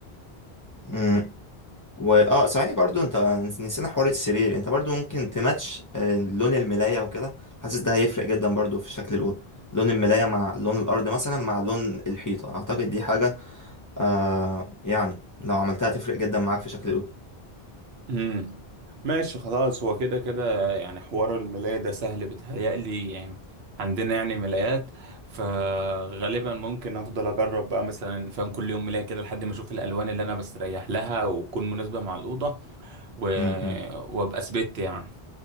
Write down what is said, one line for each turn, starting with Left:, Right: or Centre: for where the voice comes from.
Left: امم واه صحيح برضو انت نسينا حوار السرير انت برضو ممكن تماتش آه، لون الملايه وكده حاسس ده هيفرق جدا برضو في شكل الاوضه لون الملايه مع لون الارض مثلا مع لون الحيطه اعتقد دي حاجه آه يعني لو عملتها تفرق جدا معاك في شكل الاوضه
Right: امم ماشي خلاص هو كده كده يعني حوار الملاية ده سهل بيتهيألي يعني عندنا يعني ملايات فغالبا ممكن افضل اجرب بقى مثلا فاهم كل يوم ملاية كده لحد ما اشوف الالوان اللي انا بستريح لها وتكون مناسبة مع الأوضة و...
Left: امم
Right: وابقى ثبت يعني